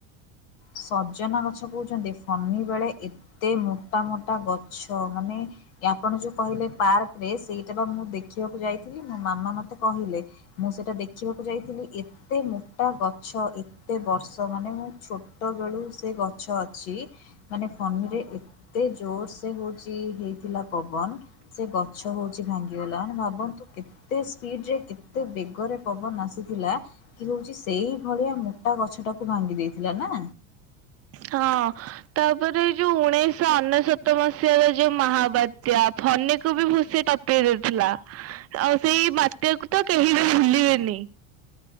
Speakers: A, on the left; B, on the right.
A: ସଜନା ଗଛ କହୁଛନ୍ତି ଫନି ବେଳେ ଏତେ ମୋଟା ମୋଟା ଗଛ ମାନେ ଆପଣ ଯୋଉ କହିଲେ ପାର୍କରେ ସେଇଟା ବା ମୁଁ ଦେଖିବାକୁ ଯାଇଥିଲି ମୋ ମାମା ମତେ କହିଲେ ମୁଁ ସେଇଟା ଦେଖିବାକୁ ଯାଇଥିଲି ଏତେ ମୋଟା ଗଛ ଏତେ ବର୍ଷ ମାନେ ମୁଁ ଛୋ ଟ ବେଳୁ ସେ ଗଛ ଅଛି। ମାନେ ଫନିରେ ଏତେ ଜୋର ସେ ହଉଛି ହେଇଥିଲା ପବନ ସେ ଗଛ ହଉଛି ଭାଙ୍ଗିଗଲା ମାନେ ଭାବନ୍ତୁ କେତେ ଏତେ ସ୍ପିଡ ରେ କେତେ ବେଗରେ ପବନ ଆସିଥିଲା। ଇଏ ହଉଛି ସେଇ ଭଳିଆ ମୋଟା ଗଛ ଟାକୁ ଭାଙ୍ଗି ଦେଇଥିଲା ନା।
B: ହଁ। ତାପରେ ଯୋଉ ଉଣେଇଶହ ଅନେଶତ ମସିହାର ଯୋଉ ମହାବାତ୍ୟା ଫନିକୁ ବି ଭୁସି ଟ ଦେଇଥିଲା ଆଉ ସେଇ ବାତ୍ୟାକୁ ତ କେହି ବି ଭୁଲିବେନି